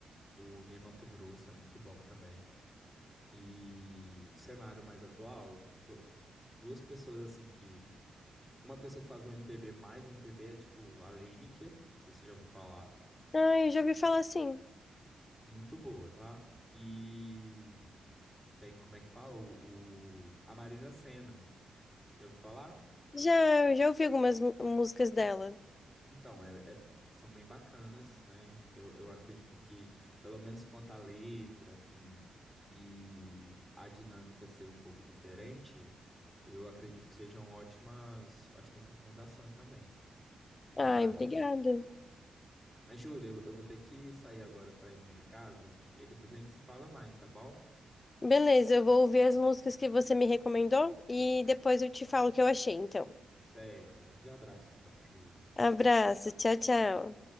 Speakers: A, in the centre; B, on the left.
A: o Ney Matogrosso é muito bom também. E do cenário mais atual, do- duas pessoas assim que. Uma pessoa que faz um MPB mais MPB é tipo a Lineker, não sei se você já ouviu falar.
B: Ah, eu já ouvi falar sim.
A: muito boa, tá? E tem, como é que fala? O, o- a Marina Sena. Já ouviu falar?
B: Já, eu já ouvi algumas mu- músicas dela.
A: Então, é, é- são bem bacanas, né? Eu, eu acredito que, pelo menos quanto à letra, assim, e a dinâmica ser um pouco diferente, eu acredito que sejam ótimas, ótimas recomendações também. Mas,
B: Ai, obrigada.
A: mas Júlia, eu, eu vou ter que sair agora para ir no mercado, e aí depois a gente se fala mais, tá bom?
B: Beleza, eu vou ouvir as músicas que você me recomendou e depois eu te falo o que eu achei, então.
A: Certo, grande abraço então, Júlia. Tchau,
B: Abraço,
A: tchau.
B: tchau, tchau.